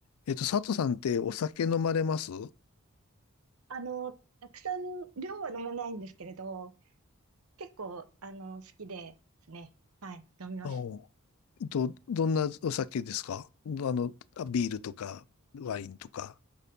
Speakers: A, on the left; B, on the right.
A: えっと、佐藤さんってお酒飲まれます
B: あの、たくさん量は飲まないんですけれど、結構、あの、好きですね。はい、飲みます。
A: あおえっと、どんなお酒ですかどあの、あビールとか、ワインとか。